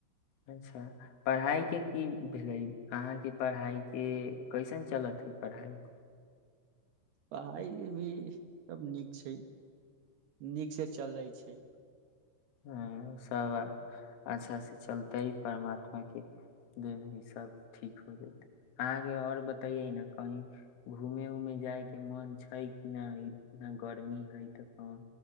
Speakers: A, on the left; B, on the right.
A: अच्छा पढ़ाइके की भेलै अहाँके पढ़ाइके कैसन चलत हइ पढ़ाइ
B: पढ़ाइ भी सभ नीक छै नीक से चल रहै छै
A: ह तब अच्छा चलतै परमात्माके जे सब ठीक हो जेतै अहाँके आओर बतैयै ने कही घूमे उमे जाइके मन छै कि नहि गर्मी हइ तऽ कह